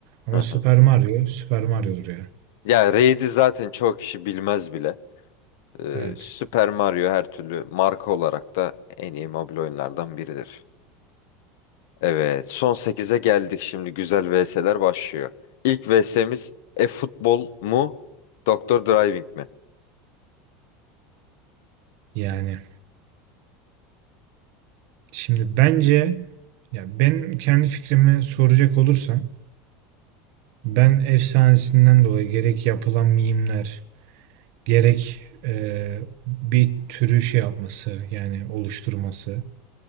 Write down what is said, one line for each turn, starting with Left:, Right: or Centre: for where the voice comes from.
Right: Ama
Left: Hı hı.
Right: Super Mario, Super Mario'dur ya.
Left: Ya Raid'i zaten çok kişi bilmez bile. E,
Right: Evet.
Left: Super Mario her türlü marka olarak da en iyi mobil oyunlardan biridir. Evet, son sekize geldik şimdi. Güzel VS'ler başlıyor. İlk VS'miz e-futbol mu, Doktor Driving mi?
Right: Yani şimdi bence ya ben kendi fikrimi soracak olursan ben efsanesinden dolayı gerek yapılan mimler gerek e, bir türü şey yapması yani oluşturması